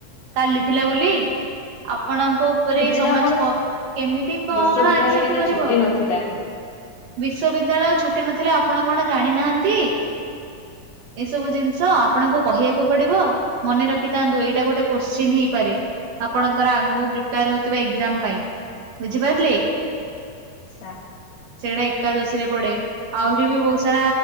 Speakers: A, on the right (about 75°); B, on the left (about 65°).
A: କାଲି ଥିଲା ବୋଲି। ଆପଣଙ୍କ ଉପରେ
B: ସେଦିନ
A: ସମାଜ
B: ଆମର
A: କ କେମିତି କଣ
B: ବିଶ୍ଵବିଦ୍ୟାଳୟ
A: ଆକ୍ସେପ୍ଟ
B: କାହିଁକିନା
A: କରିବ।
B: ଛୁଟି ନଥିଲା
A: ବିଶ୍ବିଦ୍ୟାଳୟ ଛୁଟି ନଥିଲା ଆପଣ କଣ ଜାଣିନାହାନ୍ତି? ଏସବୁ ଜି ସ ଆପଣଙ୍କୁ କହିବାକୁ ପଡିବ, ମନେ ରଖିଥାନ୍ତୁ ଏଇଟା ଗୋଟେ କୋଶ୍ଚିନ ହେଇପାରେ। ଆପଣଙ୍କର ଆଗକୁ ପ୍ରିପେୟାର ହଉଥିବା ଏକଯାମ ପାଇଁ, ବୁଝିପାରିଲେ।
B: <unintelligible>
A: ସେଇଟା ଏକାଦଶୀରେ ପଡେ। ଆହୁରି ବି ବହୁତ ସାରା